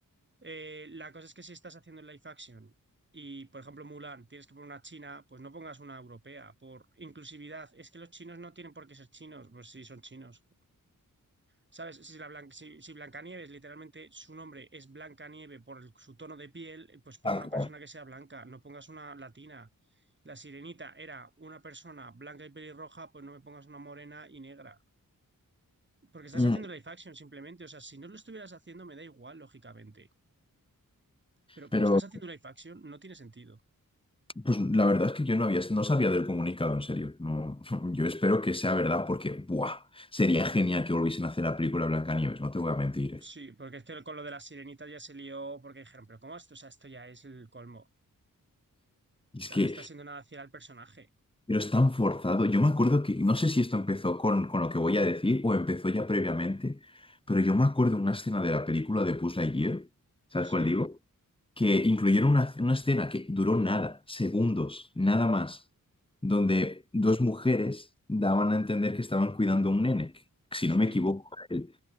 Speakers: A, on the right; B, on the left.
A: Eh, la cosa es que si estás haciendo live action y, por ejemplo, Mulan, tienes que poner una china, pues no pongas una europea. Por inclusividad, es que los chinos no tienen por qué ser chinos, pues sí, son chinos. ¿Sabes? Si, la Blan- si, si Blancanieves, literalmente su nombre es Blancanieve por el- su tono de piel, pues pon
B: Tal
A: una persona
B: cual.
A: que sea blanca, no pongas una latina. La sirenita era una persona blanca y pelirroja, pues no me pongas una morena y negra. Porque estás
B: Mm,
A: haciendo live action simplemente. O sea, si no lo estuvieras haciendo, me da igual, lógicamente. Pero como
B: Pero
A: estás haciendo live action, no tiene sentido.
B: pues la verdad es que yo no había, no sabía del comunicado, en serio. No, <laughs> yo espero que sea verdad porque, ¡buah! Sería genial que volviesen a hacer la película de Blancanieves, no te voy a mentir, ¿eh?
A: Sí, porque es que con lo de la sirenita ya se lió, porque dijeron, pero ¿cómo esto? O sea, esto ya es el colmo.
B: Es
A: O sea,
B: que
A: no está haciendo nada fiel al personaje.
B: Pero es tan forzado. Yo me acuerdo que, no sé si esto empezó con, con lo que voy a decir o empezó ya previamente, pero yo me acuerdo una escena de la película de Buzz Lightyear, ¿sabes
A: Sí,
B: cuál digo? Que incluyeron una, una escena que duró nada, segundos, nada más, donde dos mujeres daban a entender que estaban cuidando a un nene, que, si
A: sí,
B: no me equivoco, era él.